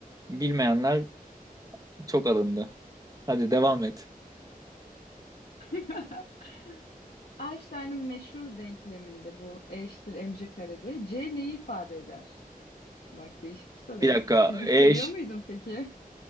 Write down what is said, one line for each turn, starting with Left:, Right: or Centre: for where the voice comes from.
Right: bilmeyenler çok alındı. Hadi devam et.
Left: <laughs> Einstein'ın meşhur denkleminde bu E eşittir mc karede C neyi ifade eder? Bak değişik bir soru.
Right: Bir dakika.
Left: Fizik
Right: E
Left: seviyor
Right: eş,
Left: muydun peki?